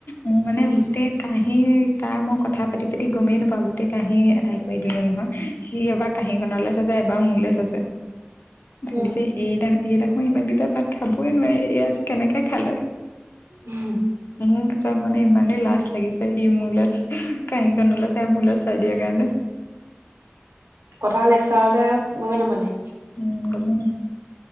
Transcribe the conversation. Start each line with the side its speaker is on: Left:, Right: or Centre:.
Left: মোৰ মানে
Right: উম
Left: গোটেই কাহি। এটা মই কথা পাতি পাতি গমেই নাপাওঁ গোটেই কাঁহী আদাই কৰি দিলো নহয় সি এবাৰ কাঁহীখনলে চাইছে এই বাৰ মোৰলে চাইছে। ভাবিছে
Right: উম
Left: এইড এইডেখন ইমানকেইটা ভাত খাবই নোৱাৰি এই আজি কেনেকে খালে
Right: উম
Left: মোৰ পিছত মানে ইমানেই লাজ লাগিছে সি মোৰলৈ কাহিখনলৈ চাই মোৰলৈ চাই দিয়াৰ কাৰণে <inaudible>
Right: কথা লেকচাৰলে গমেই নাপালি
Left: উম গমে